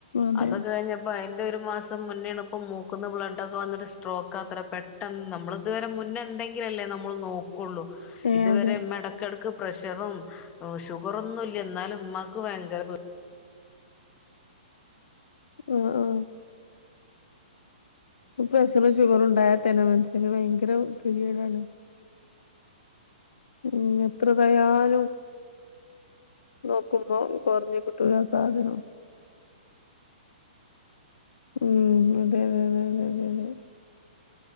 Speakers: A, on the left (about 80°); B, on the left (about 20°).
A: അതെ
B: അതൊക്കെ കഴിഞ്ഞ. അപ്പ, അതിന്റെ ഒരു മാസം മുന്നേണ് ഇപ്പ, മൂക്കുന്ന ബ്ലഡ ക്കെവന്ന്ട്ട് സ്ട്രോക്ക് അത്രേ. പെട്ടെന്ന് നമ്മള്. തുവരെ മുന്നെണ്ടെങ്കില ല്ലേ? നമ്മള് നോക്കുള്ളൂ...
A: ഏ
B: ഇതുവരെ,
A: അതെ
B: ഇമ്മ ഇടക്കിടക്ക് പ്രഷറും, ഷുഗറൊന്നും ഇല്ല. ന്നാലും മ്മക്ക് ഭയങ്കര.
A: ആഹ്, ആഹ് പ്രഷറും, ഷുഗറും, ണ്ടായാതന്നെ, മൻസന് ഭയങ്കര കെതിയെടാണ്. ഉം. എത്ര തയാലും. നോക്കുമ്പ, കൊർഞ് കിട്ടുലാ ആ, സാധനം. ഉം, അതെ, അതെ, അതെ, അതെ, അതെ.